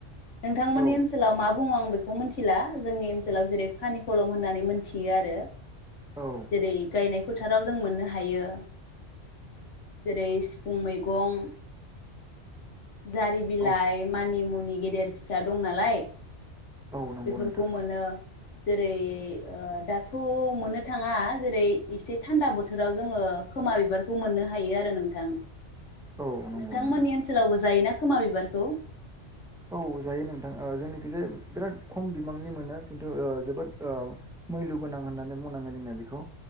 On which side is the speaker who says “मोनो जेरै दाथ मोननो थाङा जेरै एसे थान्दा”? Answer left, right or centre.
Left